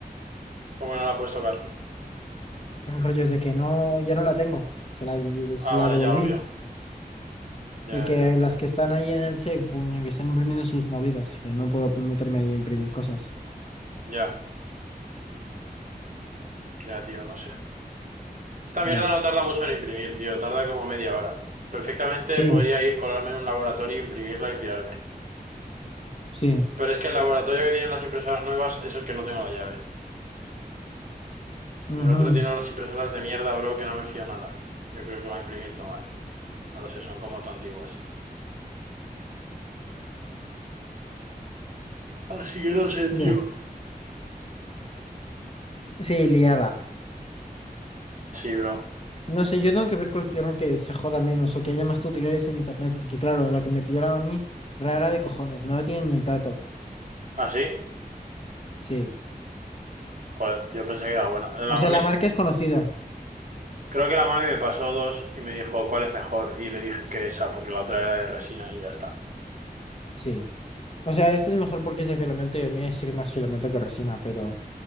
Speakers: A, on the right; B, on the left.
A: ¿Cómo que no la puedes tocar?
B: El rollo es de que no, ya no la tengo. Se la, se
A: Ah,
B: la
A: vale,
B: devolví.
A: ya, obvio. Ya,
B: Y que
A: ya, ya.
B: las que están ahí en el CEP, puño, que están imprimiendo sus movidas, que no puedo meterme ahí a imprimir cosas.
A: Ya, ya, tío, no sé. Esta
B: Ya.
A: mierda no tarda mucho en imprimir, tío. Tarda como media hora. Perfectamente
B: Sí,
A: podría ir, colarme en un laboratorio, imprimirla y pirarme.
B: sí.
A: Pero es que el laboratorio que tienen las impresoras nuevas es el que no tengo la llave.
B: ujú,
A: El otro tiene unas impresoras de mierda, bro, que no me fío nada. Yo creo que va a imprimir todo mal. No lo sé, son como todo antiguas. Así que no sé,
B: Ya.
A: tío.
B: Sí, liada.
A: Sí, bro.
B: No sé, yo tengo que ver cuál pillaron que se joda menos o que haya más tutoriales en internet, porque claro, la que me pillaron a mí, rara de cojones, no la tiene ni el tato.
A: ¿Ah, sí?
B: Sí.
A: Joder, yo pensé que era bueno. La
B: O sea,
A: mami,
B: la
A: es-
B: marca es conocida.
A: creo que la mami me pasó dos y me dijo cuál es mejor y le dije que esa porque la otra era de resina y ya está.
B: Sí. O sea, esta es mejor porque es de filamento y a mí es ir más filamento que resina, pero.